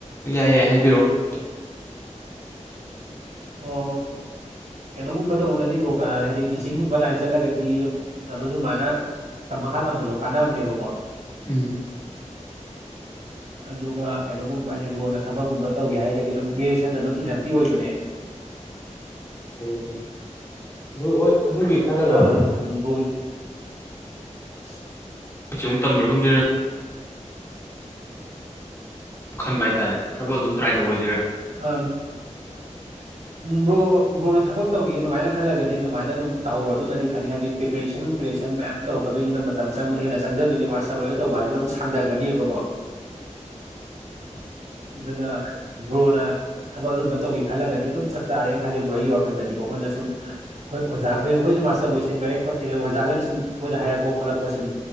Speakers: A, on the left; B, on the right.
A: ꯌꯥꯏ ꯌꯥꯏ ꯍꯥꯏꯕꯤꯔꯛꯑꯣ
B: ꯑꯣ ꯀꯩꯅꯣꯒꯨꯝꯕ ꯇꯧꯕꯅꯗꯤꯕ꯭ꯔꯣ ꯍꯥꯏꯗꯤ ꯇꯤꯆꯤꯡꯒꯨꯝꯕ ꯂꯥꯏꯟ ꯆꯠꯂꯒꯗꯤ ꯑꯗꯨꯝ ꯀꯩꯅꯣ ꯁꯨꯃꯥꯏꯅ ꯃꯈꯥ ꯇꯝꯗꯕꯗꯣ ꯀꯥꯟꯅꯕꯅꯦꯕꯀꯣ
A: ꯎꯝ
B: ꯑꯗꯨꯒ ꯀꯩꯅꯣꯒꯨꯝꯕ ꯑꯒꯔꯣ ꯊꯕꯛꯀꯨꯝꯕ ꯇꯧꯒꯦ ꯍꯥꯏꯔꯒꯗꯤ ꯑꯗꯨꯝ ꯒ꯭ꯔꯤꯌꯦꯁꯟ ꯑꯗꯨꯝ ꯏꯅꯔꯇꯤ ꯑꯣꯏꯕꯅꯦ
A: ꯁꯟ ꯑꯗꯨ ꯍꯣꯏ ꯑꯗꯨꯒꯤ ꯈꯜꯂꯒ
B: ꯑꯥ
A: ꯑꯃꯨꯛ
B: ꯑꯗꯨꯝ ꯕ꯭ꯔꯣꯒꯤ <unintelligible>
A: ꯑꯩꯁꯨ ꯑꯃꯨꯛ ꯇꯝꯗ꯭ꯔꯒꯨꯝꯖꯔ ꯈꯟꯕ ꯍꯥꯏꯇꯥꯔꯦ ꯊꯕꯛ ꯑꯗꯨꯝ ꯇ꯭ꯔꯥꯏ ꯇꯧꯕ
B: ꯑ ꯎꯝ ꯕ꯭ꯔꯣ ꯕ꯭ꯔꯣꯅ ꯊꯕꯛ ꯇꯧꯒꯦ ꯑꯗꯨꯃꯥꯏꯅ ꯈꯜꯂꯒꯗꯤ ꯑꯗꯨꯃꯥꯏꯅ ꯑꯗꯨꯝ ꯇꯧꯍꯧꯔꯣ ꯑꯗꯨꯅꯗꯤ ꯐꯅꯤ ꯍꯥꯏꯗꯤ ꯄ꯭ꯔꯤꯄꯦꯔꯦꯁꯟ ꯄ꯭ꯔꯤꯄꯦꯔꯦꯁꯟ ꯃꯌꯥꯝ ꯇꯧꯔꯀꯛꯇꯣꯏꯅꯤꯅ ꯃꯇꯝ ꯆꯪꯕꯗ ꯍꯦꯟꯅ ꯆꯪꯊꯗꯣꯏꯅꯦ ꯃꯥꯁꯇꯔ ꯂꯣꯏꯅ ꯇꯧꯕ ꯍꯥꯏꯗꯨꯅ ꯑꯃꯨꯛ ꯁꯥꯡꯊꯒꯅꯦꯕꯀꯣ
A: <unintelligible>
B: ꯑꯗꯨꯅ ꯕ꯭ꯔꯣꯅ ꯊꯕꯛ ꯑꯗꯨꯝꯕ ꯇꯧꯒꯦ ꯈꯜꯂꯒꯗꯤ ꯑꯗꯨꯝ ꯆꯞ ꯆꯥꯔꯦꯅ ꯈꯜꯂꯦ ꯕ꯭ꯔꯣ ꯑꯩꯒꯤ ꯋꯥꯈꯜꯗꯗꯤꯀꯣ ꯑꯩꯈꯣꯏ ꯁꯨꯝ ꯑꯩꯈꯣꯏ ꯑꯣꯖꯥ ꯑꯩꯈꯣꯏ ꯑꯩꯈꯣꯏꯁꯨ ꯃꯥꯁꯇ ꯂꯣꯏꯁꯤꯟꯈꯔꯦ ꯈꯣꯠꯔꯦ ꯑꯣꯖꯥꯅ ꯁꯨꯝ ꯑꯩꯈꯣꯏꯅ ꯍꯥꯏꯔꯛꯄ ꯈꯣꯠꯂꯛꯄ ꯁꯨꯝ